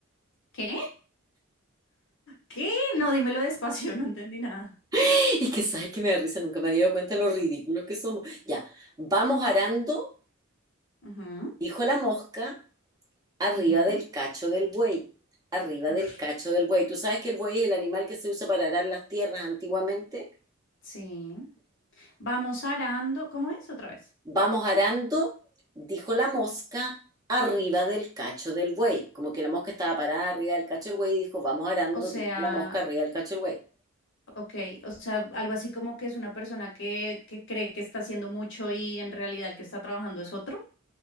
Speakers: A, on the left; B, on the right.
A: ¿Qué? ¿Qué? No, dímelo despacio, <laughs> no entendí nada.
B: <laughs> Es que sabes que me da risa, nunca me había dado cuenta de lo ridículos que somos. Ya, vamos arando,
A: Ujú,
B: dijo la mosca, arriba
A: ujú.
B: del cacho del buey, arriba
A: Uf,
B: del cacho del buey. Tú sabes que el buey es el animal que se usa para arar las tierras antiguamente.
A: sí. Vamos arando. ¿Cómo es otra vez?
B: Vamos arando, dijo la mosca, arriba del cacho del buey. Como que la mosca estaba parada arriba del cacho del buey y dijo, vamos arando,
A: O sea,
B: dijo la mosca arriba del cacho del buey.
A: ok, o sea, algo así como que es una persona que, que cree que está haciendo mucho y en realidad el que está trabajando es otro.